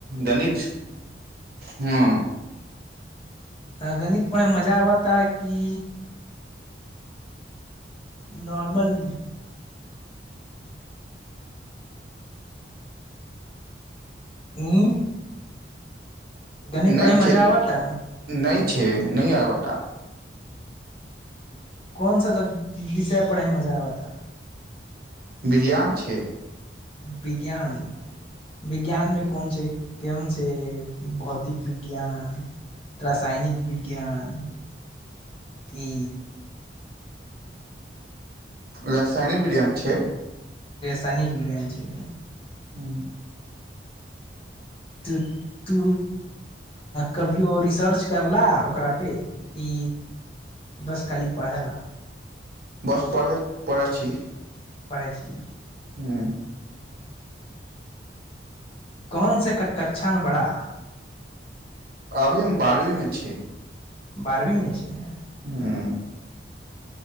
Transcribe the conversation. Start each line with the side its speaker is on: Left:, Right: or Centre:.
Right: गणित हँ
Left: आ गणितप मजा आबता की नॉर्मल हुँ म गणित
Right: नहि
Left: पढ़ैमे
Right: छै
Left: मजा आबैता
Right: नहि छै न आबता
Left: कन सा सब विषय पढ़ैमे मजा आबैता
Right: बिरियान छै
Left: विज्ञान विज्ञानमे को कोन छै केहन छै भौतिक विज्ञान रासायनिक विज्ञान किी
Right: रासायन विज्ञान छै
Left: तनि विज्ञान छै
Right: हू
Left: तू तू कभियओ रिसर्च करला ओकरापे कि बस खाली पढ़यला
Right: बस पढ़ै पढ़ै छी
Left: पढ़ै छी
Right: हुँ
Left: कौन सँ क कक्षामे पढ़य
Right: अभी हम बारहवी मे छी
Left: बारहवी मे छियै
Right: हूँ